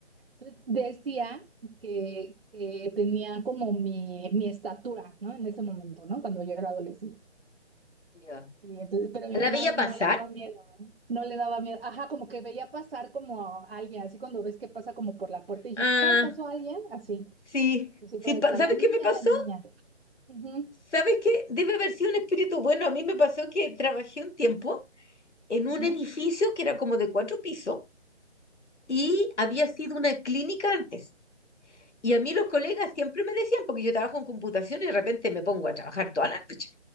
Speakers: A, on the right; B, on the left.
A: Entonces decía que, que tenía como mi, mi estatura, ¿no? En ese momento, ¿no? Cuando yo era adolescente.
B: Ya.
A: Y entonces, pero mi
B: ¿La
A: mamá
B: veía
A: no
B: pasar?
A: le daba miedo, ¿no? No le daba miedo. Ajá, como que veía pasar como a alguien, así cuando ves que pasa como por la puerta y dijiste,
B: Ah,
A: ay, pasó alguien, así.
B: sí.
A: Yo siempre
B: sí
A: decía,
B: pa- ¿Sabes
A: la niña,
B: qué me pasó?
A: la niña. Ujú,
B: ¿Sabes qué? Debe haber sido un espíritu bueno. A mí me pasó que trabajé un tiempo en un
A: ujú.
B: edificio que era como de cuatro pisos. y había sido una clínica antes. Y a mí los colegas siempre me decían, porque yo trabajo en computación y de repente me pongo a trabajar toda la noche,